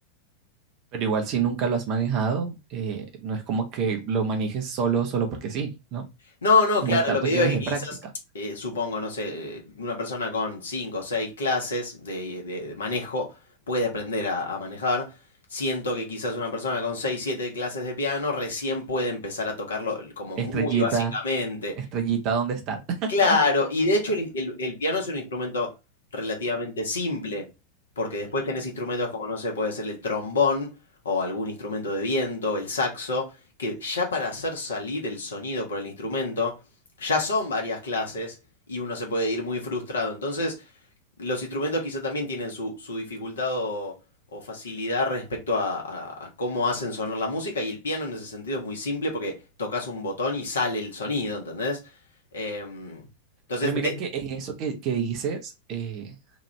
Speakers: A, on the right (about 40°); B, on the left (about 65°).
A: Pero igual si nunca lo has manejado, eh, no es como que lo manejes solo, solo porque sí, ¿no?
B: No, no,
A: Igual
B: claro,
A: te
B: lo
A: requieres
B: que digo es que
A: de
B: quizás,
A: práctica.
B: eh, supongo, no sé, eh, una persona con cinco o seis clases de, eh, de- de manejo puede aprender a, a manejar. Siento que quizás una persona con seis, siete clases de piano recién puede empezar a tocarlo como
A: Estrellita,
B: muy básicamente.
A: estrellita, ¿dónde estás? <laughs>
B: Claro, y de hecho el, el- el piano es un instrumento relativamente simple, porque después tenés instrumentos como, no sé, puede ser el trombón o algún instrumento de viento, el saxo, que ya para hacer salir el sonido por el instrumento, ya son varias clases y uno se puede ir muy frustrado. Entonces, los instrumentos quizá también tienen su, su dificultad o, o facilidad respecto a, a- a cómo hacen sonar la música y el piano en ese sentido es muy simple porque tocas un botón y sale el sonido, ¿entendés? Em, entonces,
A: Pero mira
B: te-
A: que en eso que, que dices, eh,